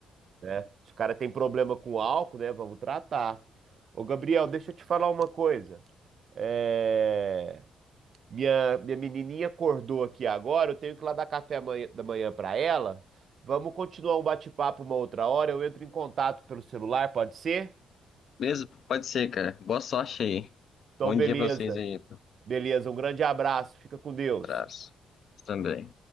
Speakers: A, on the right (about 50°); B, on the left (about 55°).
A: né? Se o cara tem problema com álcool, né? Vamos tratar. Ô, Gabriel, deixa eu te falar uma coisa. É, Minha, minha menininha acordou aqui agora, eu tenho que ir lá dar café amanhã- da manhã pra ela. Vamos continuar um bate-papo uma outra hora. Eu entro em contato pelo celular, pode ser?
B: Beleza? Pode ser, cara. Boa sorte aí.
A: Então,
B: Bom
A: beleza.
B: dia pra vocês aí.
A: Beleza, um grande abraço. Fica com Deus.
B: Abraço. Também.